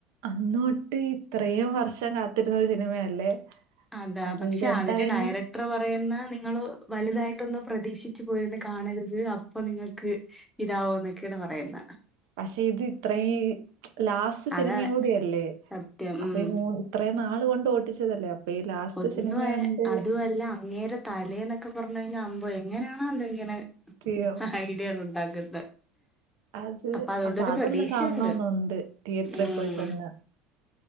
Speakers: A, on the right; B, in the centre.
A: അന്നോട്ട് ഇത്രേം വർഷ കാത്തിരുന്ന ഒരു സിനിമയല്ലേ
B: അതാ
A: അപ്പൊ
B: പക്ഷെ
A: ഇതെന്തായാലും
B: അതിന്റെ ഡയറക്ടർ പറയുന്നെ നിങ്ങൾ വലുതായിട്ടൊന്നും പ്രതീക്ഷി പോയിരുന്നു കാണരുത് അപ്പൊ നിങ്ങൾക്ക് ഇതാവുന്നൊക്കെയാണ് പറയുന്ന
A: പക്ഷെ ഇത് ഇത്രേം ലാസ്റ്റ് സിനിമേം
B: അതാ
A: കൂടിയല്ലേ
B: സത്യം
A: അപ്പൊ
B: ഉം
A: ഈ മൂ ഇത്രയും നാള് കൊണ്ട് ഓട്ടിച്ചതല്ലേ അപ്പൊ ഈ ലാസ്റ്റ്
B: ഒന്നും
A: സിനിമ കണ്ട്
B: അതുമല്ല അങ്ങേര തലേ എന്നൊക്കെ പറഞ്ഞ കഴി ഞാ അബുയ് എങ്ങനാണോ എന്തെങ്ങനെ
A: യ്യോ
B: ഐഡിയകൾ ഉണ്ടാക്കുന്നത്
A: അത്
B: അപ്പൊ അതുകൊണ്ടൊരു
A: അതൊന്ന്
B: പ്രതീക്ഷണ്ട്
A: കാണണോന്നുണ്ട്. തിയേറ്ററിൽ
B: ഉം
A: പോയി തന്നെ.